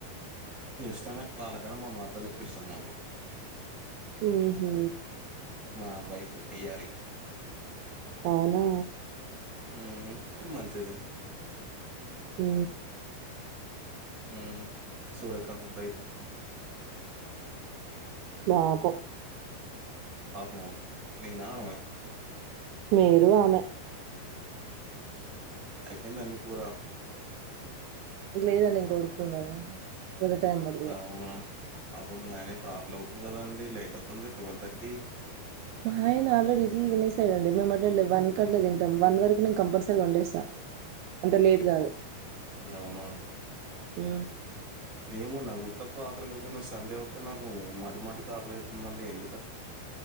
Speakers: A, on the right (about 15°); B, on the right (about 80°).
A: ఇష్టమే. వాళ్ళకన్నా మా మర్దలు ఎక్కువ ఇష్టం నాకు
B: ఊహు
A: మా వైఫ్ గయ్యాలి
B: ఔనా?
A: ఊ, కాని మంచిది.
B: ఊ
A: ఊ సూర్యకాంతం టైప్
B: బాపం
A: పాపమా, నేనా? ఆమ?
B: మీరు ఆమె
A: అయిపోయింద అండి కూర
B: లేదండి ఇంక ఉడుకుతుంది అదే కొద్దిగా టైం పడతాది
A: అవును. పాపం మీ ఆయనకి ఆకలి అవుతుంది కదండీ లేట్ అవుతుంది ట్వెల్వ్ థర్టీ
B: మా ఆయన ఆల్రెడీ ఇట్లీ తినేసాడండి మేము వన్ కట్ల తింటాం వన్ వరకు నేను కంపల్సరీగా వండేస్తా అంత లేట్ కాదు
A: అవునా
B: హు
A: ఏమో నాకు ఉత్తప్పుడు ఆకలయదు కానీ సండే వస్త నాకు మాటి మాటికి ఆకలైతుందండి ఎందుకు